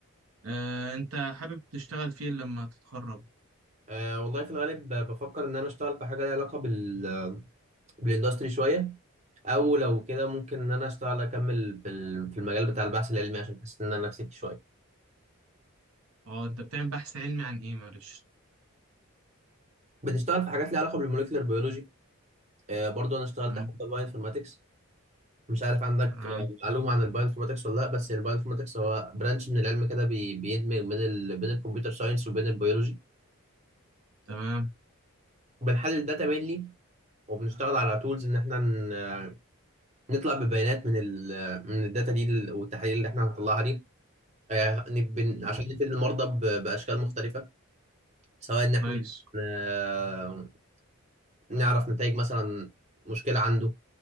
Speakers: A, on the right (about 80°); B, on the right (about 30°).
A: آه انت حابب تشتغل فين لما تتخرج
B: آه والله في الغالب ب- بفكر ان انا اشتغل في حاجه ليها علاقه بال بالاندستري شويه او لو كده ممكن ان انا اشتغل اكمل في ال- في المجال بتاع البحث العلمي عشان حاسس ان انا نفسي فيه شويه
A: اه انت بتعمل بحث علمي عن ايه معلش
B: بتشتغل في حاجات ليها علاقه بالموليكولر بيولوجي آه برضو انا اشتغلت
A: مم،
B: حتى باينفورماتكس مش عارف عندك
A: تمام
B: آه، معلومه عن الباينفورماتكس ولا لا بس الباينفورماتكس هو برانش من العلم كده بي- بيدمج بين ال... بين الكمبيوتر ساينس وبين البيولوجي
A: تمام
B: بنحلل الداتا مينلي وبنشتغل على تولز ان احنا ن... آه، نطلع ببيانات من ال... من الداتا دي لل- والتحاليل اللي احنا هنطلعها دي آه، نب-
A: تمام
B: عشان نفيد المرضى ب... باشكال مختلفه سواء ان احنا
A: كويس
B: آه، نعرف نتائج مثلا مشكله عنده